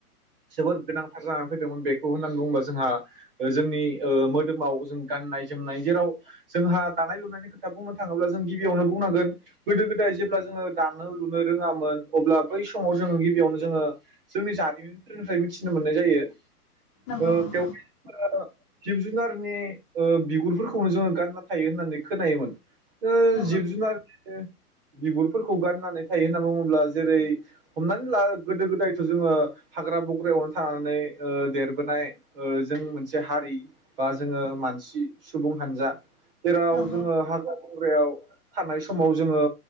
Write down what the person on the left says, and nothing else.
नंगौ
नोंथां
नंगौ
नंगौ